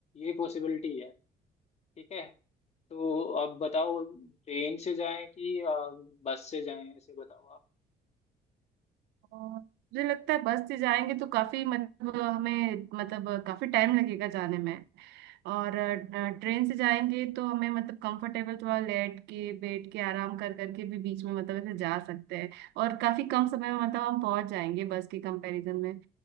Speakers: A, on the left (about 40°); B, on the right (about 80°).
A: ये पॉसिबिलिटी है ठीक है तो अब बताओ ट्रेन से जाएं कि आ, बस से जाएं ऐसे बताओ आप
B: और मुझे लगता है बस से जाएंगे तो काफी मतलब हमें मतलब काफी टाइम लगेगा जाने में और अ, ट्रेन से जाएंगे तो हमें मतलब कंफर्टेबल थोड़ा लेट के बैठ के आराम कर करके भी बीच में मतलब ऐसे जा सकते हैं और काफी कम समय में मतलब हम पहुंच जाएंगे बस के कंपैरिजन में